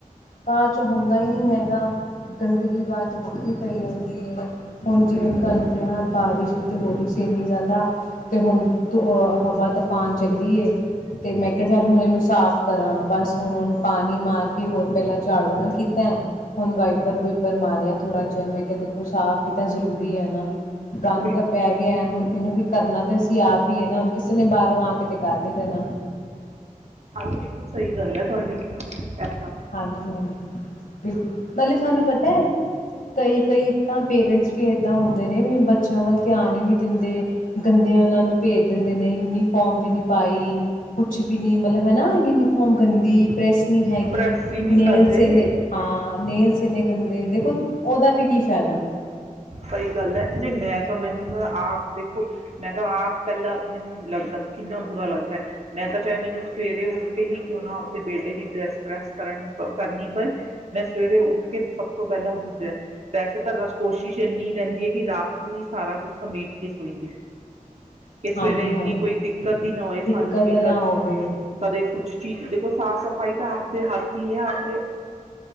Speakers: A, on the left; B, on the right.
A: ਬਾਦ ਚ ਹੁੰਦਾ ਹੀ ਨਹੀਂ ਹੈਗਾ। ਗੰਦਗੀ ਬਾਅਦ ਚ ਵੱਖਰੀ ਪਈ ਰਹਿੰਦੀ ਹੈ ਹੁਣ ਜਿਵੇਂ
B: ਸਹੀ ਗੱਲ
A: ਤੁਹਾਨੂੰ
B: ਹੈ।
A: ਕਿਹਾ ਬਾਰਿਸ਼ ਤੇ ਹੋ ਰਹੀ ਸੀ ਇੰਨੀ ਜ਼ਿਆਦਾ ਤੇ ਹੁਣ ਅ ਹਵਾ ਤੂਫਾਨ ਚੱਲੀ ਐ ਤੇ ਮੈਂ ਕਿਹਾ ਚੱਲ ਹੁਣ ਇਹਨੂੰ ਸਾਫ਼ ਕਰਾਂ ਬਸ ਹੁਣ ਪਾਣੀ ਮਾਰ ਕੇ ਹੋਰ ਝਾੜੂ ਨਾਲ ਕੀਤਾ ਐ। ਪਰ ਬਾਇਪਰ ਮਾਰਿਆ ਥੋੜਾ ਅੱਜ ਮੈਂ ਕਿਹਾ ਦੇਖੋ ਸਾਫ਼ ਹੀ ਤਾਂ ਜ਼ਰੂਰੀ ਹੈ ਨਾ ਗੰਦ
B: ਬਿਲਕੁਲ।
A: ਤਾਂ ਪੈ
B: ਹਾਂ
A: ਗਿਆ ਹੁਣ ਇਹਨੂੰ ਵੀ ਕਰਨਾ ਤਾਂ ਅਸੀਂ ਆਪ ਹੀ ਹੈ, ਨਾ ਹੁਣ ਕਿਸੇ ਨੇ ਬਾਹਰੋਂ ਆ ਕੇ ਤੇ ਕਰ ਨੀ ਦੇਣਾ।
B: ਬਿਲਕੁਲ ਸਹੀ ਗੱਲ ਹੈ ਤੁਹਾਡੀ ਐਦਾ,
A: ਹਾਂਜੀ ਹਾਂਜੀ ਬਿਲਕੁਲ ਨਾਲੇ ਤੁਹਾਨੂੰ ਪਤਾ ਹੈ, ਕਈ ਕਈ ਤਾਂ ਪੇਰੈਂਟਸ ਵੀ ਏਦਾਂ ਹੁੰਦੇ ਨੇ ਵੀ ਬੱਚਿਆਂ ਵੱਲ ਧਿਆਨ ਹੀ ਨਹੀਂ ਦਿੰਦੇ ਗੰਦੇ ਉਹਨਾਂ ਨੂੰ ਭੇਜ ਦਿੰਦੇ ਨੇ ਯੂਨੀਫਾਰਮ ਵੀ ਨੀ ਪਾਈ ਕੁਛ ਵੀ ਨੀ ਮਤਲਬ ਹਨਾ। ਗੰਦੀ ਪ੍ਰੈਸ ਨਹੀਂ ਹੈਗੀ
B: ਪ੍ਰੈਸ ਹੀ ਨਹੀਂ
A: ਨੇਲਸ
B: ਕਰਦੇ
A: ਐਨੇ ਹਾਂ ਨੇਲਸ ਕਿੰਨੇ ਗੰਦੇ ਦੇਖੋ ਉਹਦਾ ਵੀ ਕੀ ਫਾਇਦਾ
B: ਸਹੀ ਗੱਲ ਹੈ, ਮਹੀਨਿਆਂ ਚ ਮੈਨੂੰ ਤਾਂ ਆਪ ਦੇਖੋ ਮੈਂ ਤਾਂ ਆਪ ਪਹਿਲਾਂ ਮੈਨੂੰ ਲੱਗਦਾ ਕਿੰਨਾ ਬੁਰਾ ਲੱਗਦਾ ਮੈਂ ਤਾਂ ਚਾਹੇ ਮੈਨੂੰ ਸਵੇਰੇ ਹੀ ਕਿਉਂ ਨਾ ਆਪਣੇ ਬੇਟੇ ਦੀ ਡਰੈੱਸ ਪ੍ਰੈਸ ਕਰਨ ਕਰਨੀ ਪਏ ਮੈਂ ਸਵੇਰੇ ਉੱਠ ਕੇ ਸਭ ਤੋਂ ਪਹਿਲਾਂ ਉਹਦੀ ਡਰੈਂਸ ਬੈਸੇ ਤਾਂ ਰਸ ਕੋਸ਼ਿ ਕੋਸ਼ਿਸ਼ ਇੰਨੀ ਰਹਿੰਦੀ ਹੈ, ਕਿ ਰਾਤ ਨੂੰ ਹੀ ਸਾਰਾ ਕੁੱਝ ਸਮੇਟ ਕੇ ਸੋਈਏ। ਕਿ ਸਵੇਰੇ
A: ਹਾਂਜੀ-ਹਾਂਜੀ
B: ਇੰਨੀ ਕੋਈ ਦਿੱਕਤ ਹੀ ਨਾ ਹੋਏ
A: ਦਿੱਕਤ
B: ਸਾਨੂੰ ਕਿ
A: ਨਾ
B: ਕਦੇ
A: ਹੋਵੇ
B: ਕੁਛ ਚੀਜ਼ ਦੇਖੋ ਸਾਫ਼ ਸਫ਼ਾਈ ਤਾਂ ਤੇ ਹਾਥੀ ਆ ਆਪਦੇ